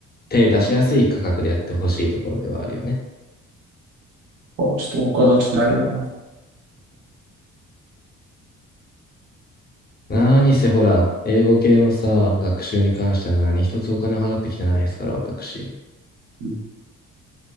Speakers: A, on the left; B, on the right.
A: 手出しやすい価格でやってほしいところではあるよね。
B: ー。あのちょっと他だとないよ
A: 何せほら、英語系のさ、学習に関しては何一つお金を払ってきてないですから、私。
B: な。